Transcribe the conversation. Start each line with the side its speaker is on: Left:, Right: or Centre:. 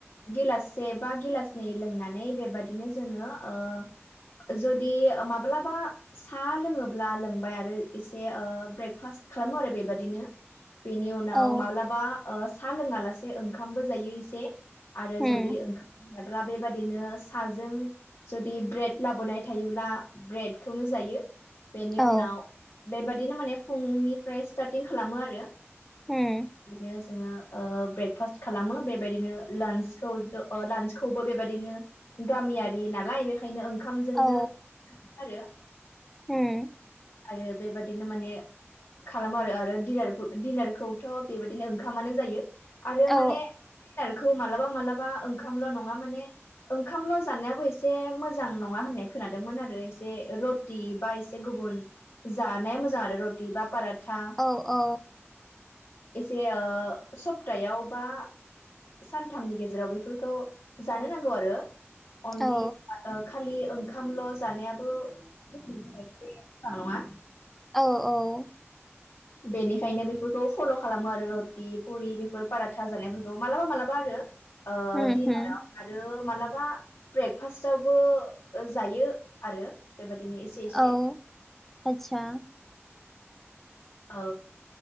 Left: गिलास से बा गिलासनै लोंनानै बेबादिनो जोङो ओ जुदि माब्लाबा सा लोङोब्ला लोंबाय आरो एसे ओ ब्रेकफास्ट खालामो आरो बेबादिनो बेनि उनाव
Centre: औ
Left: माब्लाबा ओ साहा लोङा लासे ओंखामबो जायो एसे आरो
Centre: होम
Left: जुदि ओंखाम जायाब्ला बेबायादिनो साजों जुदि ब्रेड लाबोनाय थायोब्ला ब्रेडखौनो जायो बेनि
Centre: औ
Left: उनाव बेबादिनो माने फुंनिफ्राय स्टार्टिं खालामो आरो
Centre: होम
Left: बिदिनो जोङो ओ ब्रेकफास्ट खालामो बेबायदिनो लान्चखौ लान्चखौबो बेबायदिनो गामियारि नालाय बेखायनो ओंखामजोंनो
Centre: औ
Left: आरो
Centre: होम
Left: आरो बेबादिनो माने खालामो आरो आरो डिनार- दिडिनारखौथ' बेबायदिनो ओंखामानो जायो आरो
Centre: औ
Left: मानेा डिनारखौ मालाबा मालाबा ओंखामल' नङा माने ओंखामल' जानायाबो एसे मोजां नङा होननाय खोनादोंमोन आरो एसे रड टि बा एसे गुबुन जानाया मोजां आरो रटि बा पारत ता
Centre: औ औ
Left: एसे ओ सप्तायाव बा सानथामनि गेजेराव बेफोरखौ जानो नांगौ आरो अनलि
Centre: औ
Left: ओ खालि ओंखामल' जानायाबो <unintelligible> मोजां नङा
Centre: औ औ
Left: बेनिखायनो बेफोरखौ फल' खालामो आरो रटि पुरि बेफोर पाराथा जानायफोरखौ मालाबा मालाबा आरो आ
Centre: होम
Left: दिनाराव
Centre: होम
Left: आरो मालाबा ब्रेकफास्टावबो जायो आरो बेबायदिनो एसे एसे
Centre: औ आदसा
Left: औ